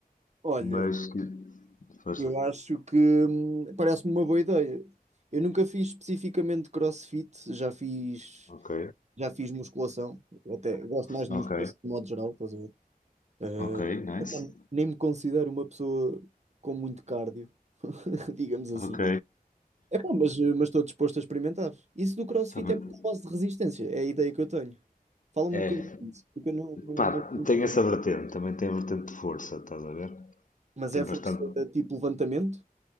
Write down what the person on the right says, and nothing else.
Olha,
eu acho que hum, parece-me uma boa ideia. Eu nunca fiz especificamente CrossFit, já fiz,
já fiz musculação, até gosto mais de
musculação de modo geral, estás a ver? Eh,
epá, nem me considero uma pessoa com muito cardio, <laughs> digamos assim.
Epá, mas eh, mas estou disposto a experimentar. Isso do CrossFit
é muito à base de resistência, é a ideia que eu tenho. Fala-me
um bocadinho disso, porque eu não, não,
não...
Mas
é
força tipo levantamento?